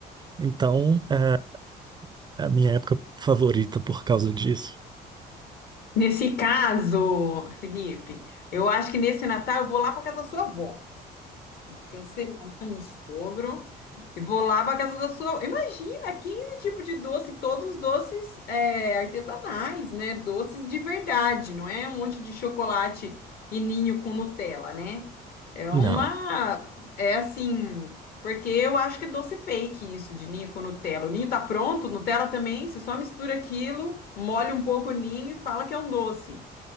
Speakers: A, on the right; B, on the left.
A: Então, é a minha época favorita por causa disso.
B: Nesse caso, Felipe, eu acho que nesse Natal eu vou lá pra casa da sua avó. Vou cancelar meu sogro e vou lá para casa da sua. Imagina, 15 tipos de doce, todos os doces é, artesanais, né? Doces de verdade, não é um monte de chocolate e ninho com Nutella, né? É uma.
A: Não.
B: É assim. Porque eu acho que é doce fake isso de ninho com Nutella. O ninho tá pronto, Nutella também. Você só mistura aquilo, molha um pouco o ninho e fala que é um doce.